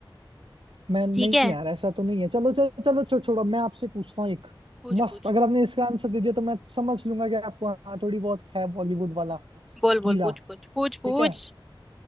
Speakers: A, on the right (about 75°); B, in the centre.
A: मैं नहीं
B: ठीक है
A: यार ऐसा तो नहीं है चलो चलो चलो छो, छोड़ो मैं आपसे पूछता हूँ एक
B: पूछ
A: मस्त
B: पूछ
A: अगर आपने इसका आंसर दे दिया तो मैं समझ लूंगा कि आपको हाँ थोड़ी बहुत है बॉलीवुड वाला
B: बोल
A: कीड़ा
B: बोल पूछ पूछ पूछ
A: ठीक
B: पूछ
A: है